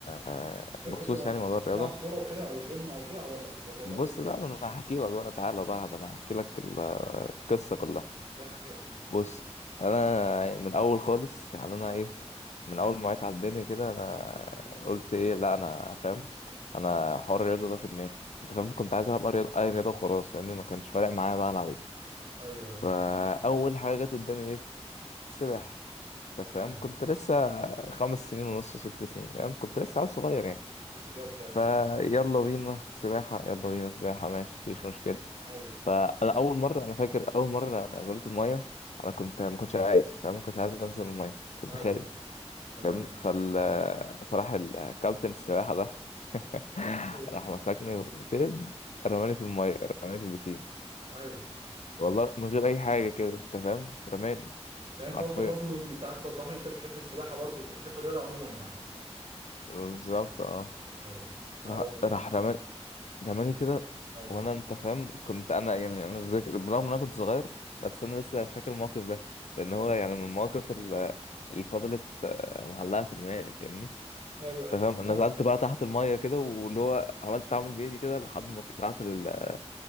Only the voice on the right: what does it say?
طب
انت بتلعب
بتلعب كوره وكده او جيم او كده أو ولا ولا برضه
مش
احكي يا أحمد.
تمام
ايوه ايوه
تمام
بالظبط ايوه
ايوه
ايوه
تمام
ايوه
ايوه
يعني انت
اصلا برضو من انت عايز توضح لي ان انت بتحب السباحه برضو وك- بتحب الرياضه عموما يعني
ايوه انا
برضو
اه
ايوه
ايوه
ايوه
ايوه
لا،